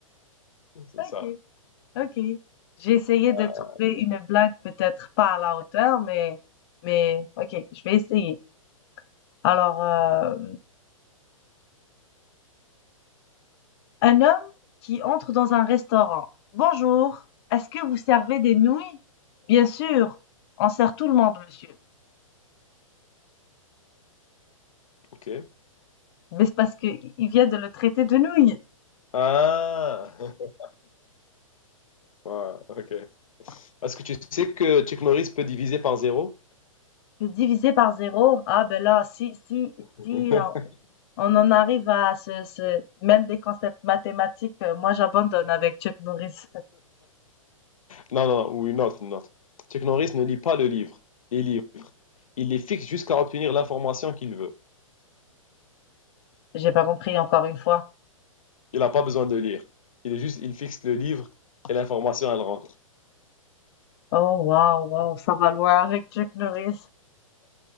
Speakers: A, on the left; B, on the left.
A: C'est ça.
B: OK, OK. J'ai essayé
A: Ah,
B: de trouver une blague peut-être pas à la hauteur, mais, mais OK, je vais essayer. Alors, euh, un homme qui entre dans un restaurant. Bonjour, est-ce que vous servez des nouilles? Bien sûr, on sert tout le monde, monsieur.
A: ok.
B: Mais c'est parce que il vient de le traiter de nouilles.
A: Ah. <laughs> Ouais, ok. ce que tu sais que Chuck Norris peut diviser par zéro?
B: Le diviser par zéro, ah ben là, si, si,
A: <laughs>
B: si, euh, On en arrive à ce, ce- même des concepts mathématiques, euh, moi j'abandonne avec Chuck Norris. <laughs>
A: Non, non, non, ou une autre, une autre. Chuck Norris ne lit pas le livre, les livres. il les fixe jusqu'à obtenir l'information qu'il veut.
B: J'ai pas compris encore une fois.
A: Il n'a pas besoin de lire. Il est juste, il fixe le livre et l'information, elle rentre.
B: Oh waouh, waouh, ça va loin avec Chuck Norris.